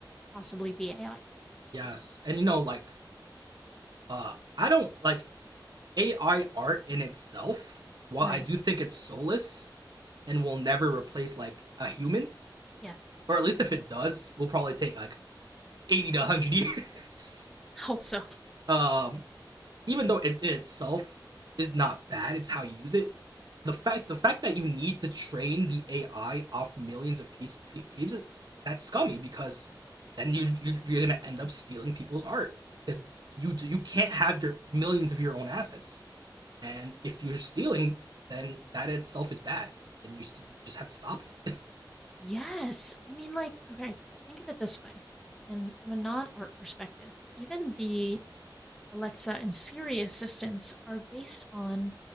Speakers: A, in the centre; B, on the right.
A: possibly be AI.
B: <laughs> yes. And you know, like, uh I don't like AI art in itself, while
A: Right.
B: I do think it's soulless and will never replace like a human,
A: Yes.
B: or at least if it does, we will probably take like eighty to one hundred years. <laughs>
A: Hope so.
B: Um even though it in itself is not bad, it's how you use it. The fact the fact that you need to train the AI off millions of piece, pages that's scummy because then you you're, you're gonna end up stealing people's art because you you can't have your millions of your own assets and if you're stealing then that itself is bad and you, you just have to stop it
A: Yes. I mean, like, okay, think of it this way. And from a non art perspective, even the Alexa and Siri assistants are based on